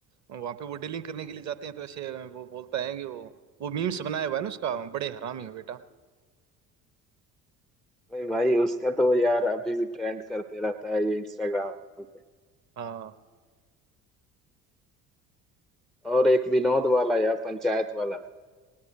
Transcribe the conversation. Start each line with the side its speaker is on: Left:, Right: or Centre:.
Right: वहाँ पे वो डीलिंग करने के लिए जाते हैं तो ऐसे वो बोलता है कि वो वो मीम्स बनाया हुआ है ना उसका बड़े हरामी हो बेटा
Centre: भाई भाई उसका तो यार अभी भी ट्रेंड करते रहता है ये इंस्टाग्राम पे
Right: हाँ
Centre: और एक विनोद वाला यार पंचायत वाला